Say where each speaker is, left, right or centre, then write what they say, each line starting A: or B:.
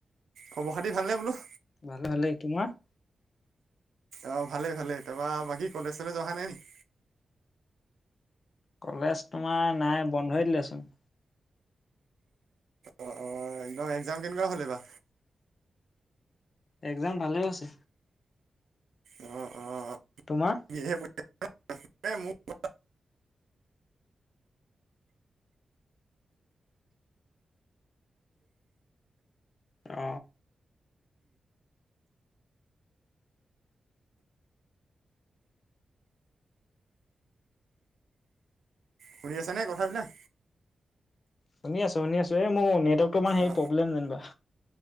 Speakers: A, on the right; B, on the left.
A: খবৰ খাতি ভালনে বোলো?
B: ভালে ভালে তোমাৰ?
A: অ, ভালে ভালে তাৰপা বাকী কলেজ চলে অহা নাই নেকি?
B: কলেজ তোমাৰ নাই বন্ধই দিলেচোন।
A: অ, অ, একদম এক্জাম কেনেকুৱা হ'লে বা?
B: এক্জাম ভালে গৈছে।
A: অ, অ,
B: তোমাৰ?
A: <inaudible> <inaudible> মোক <inaudible>
B: অ,
A: শুনি আছ নে কথাবিলাক?
B: শুনি আছোঁ শুনিছোঁ মোৰ নেটৱৰ্ক <inaudible>
A: অ
B: প্ৰ্লেম জনিবা।